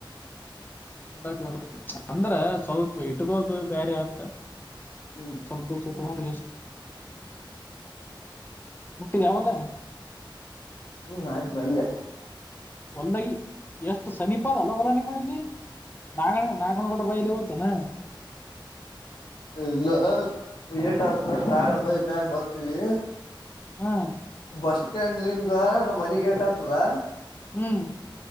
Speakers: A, on the left; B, on the left.
A: ಹಟಾಕ್ ಅಂದ್ರೆ ಸ್ವಲ್ಪ ಇಟ್ಟುಕೋದು ಬೇರೆ ಯತ್ತ
B: ಹ್ಮ್
A: ಸ್ವಲ್ಪ ದ ಇಟ್ಟಕೊಂಡ ಮುಟ್ಟಿನ್ ಯಾವಲ್ಲ
B: ಹ್ಮ್ ಆತ್ ಬಂದೆ
A: ಒಲ್ದಾಗಿ ಎಷ್ಟು ಸಮೀಪದ ಅಲ್ಲವಲ್ಲ ನಿಮ್ಮ ಇಲ್ಲಿ ನ ನಗಣ ಬತ ನ
B: ಇಲ್ಲ ಏಟ ನಾಗಣ್ ಬೈಕ್ ಮ್ಯಾಗ ಬರ್ತೀವಿ
A: ಹಾ
B: ಬಸ್ ಸ್ಟ್ಯಾಂಡ್ಲಂದ ನಮ್ಮ ಮನೆಗೇಟ್ ಹತ್ತಿದ
A: ಹ್ಮ್